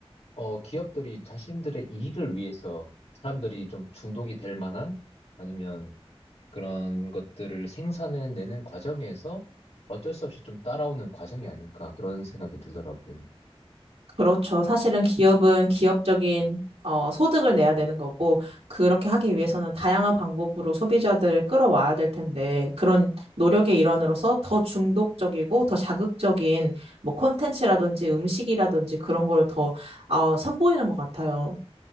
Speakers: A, on the left; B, on the right.
A: 어, 기업들이 자신들의 이익을 위해서 사람들이 좀 중독이 될 만한 아니면 그런 것들을 생산해내는 과정에서 어쩔 수 없이 좀 따라오는 과정이 아닐까 그런 생각이 들더라고요.
B: 그렇죠. 사실은 기업은 기업적인 어, 소득을 내야 되는 거고, 그렇게 하기 위해서는 다양한 방법으로 소비자들을 끌어와야 될 텐데, 그런 노력의 일환으로서 더 중독적이고 더 자극적인 뭐 콘텐츠라든지 음식이라든지 그런 거를 더 어, 선보이는 것 같아요.